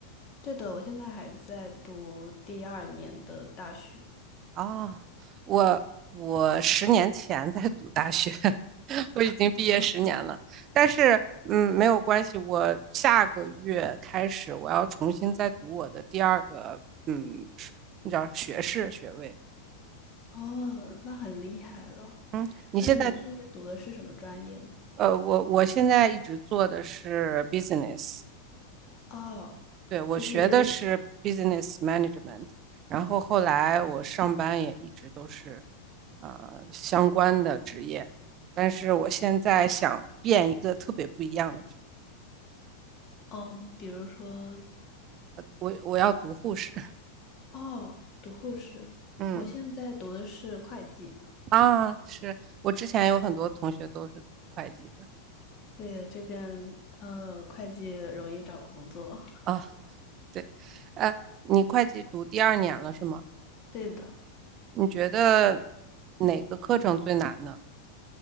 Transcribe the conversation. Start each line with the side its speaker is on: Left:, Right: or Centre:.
Left: 对的，我现在还在读第二年的大学。
Right: 哦，我我十年前在读大学，<laughs> 我已经毕业十年了，但是嗯，没有关系，我下个月开始我要重新再读我的第二个嗯，是那叫学士学位。
Left: 哦，那很厉害了。
Right: 嗯，你现在
Left: 那你现在读的是什么专业呢？
Right: 呃，我我现在一直做的是 business。
Left: 哦，
Right: 对，我学的是
Left: 其实有点像，
Right: business management，然后后来我上班也一直都是呃相关的职业，但是我现在想变一个特别不一样的职业，
Left: 嗯，比如说，
Right: 我我要读护士。
Left: 哦，读护士，
Right: 嗯
Left: 我现在读的是会计。
Right: <laughs> 啊，是我之前有很多同学都是读会计的
Left: 对，这边，嗯，会计容易找工作。
Right: 啊，对，呃，你会计读第二年了是吗？
Left: 对的，
Right: 你觉得哪个课程最难呢？